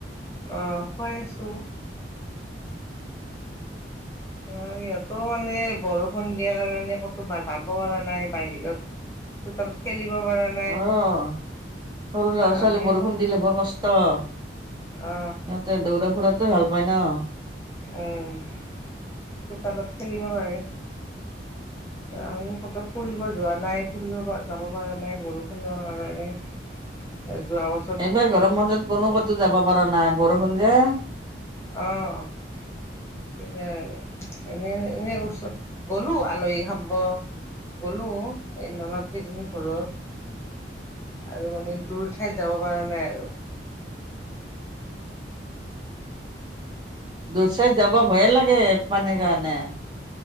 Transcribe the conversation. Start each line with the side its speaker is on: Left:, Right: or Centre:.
Left: অঁ খোৱাই আছোঁ। অঁ ইহঁতো মানে বৰষুণ দিয়াৰ কাৰণে ক'তো বা যাব পৰা নাই বাহিৰত। চোতালত খেলিব পৰা না
Right: অঁ' সৰু ল'ৰা-ছোৱালীৰ
Left: আমি
Right: বৰষুণ
Left: আকৌ
Right: দিলে বৰ কষ্ট। ইহঁতে
Left: অ
Right: দৌৰা ফুৰাতে ভাল পায় ন'।
Left: উমঁ' চুতালত খেলিব পাৰি। আমিও ক'ত ফুৰিব যোৱা নাই ফুৰিব পৰা যাব পৰা নাই বৰষুণৰ কাৰণে।
Right: <unintelligible>
Left: এ যোৱাবছৰ-
Right: এইবাৰ গৰম বন্ধত কোনো কতো যাব পৰা নাই বৰষুণ যে।
Left: অঁ। সেইকাৰণে এনে এনে ওচৰত গ'লো আলহী খাব। গ'লো- এই লগৰ কেইজনী ঘৰত আৰু মানে দূৰ ঠাইত যাব পৰা নাই আৰু।
Right: দূৰ থাইত যাব ভয়ে লাগে পানীৰ কাৰণে।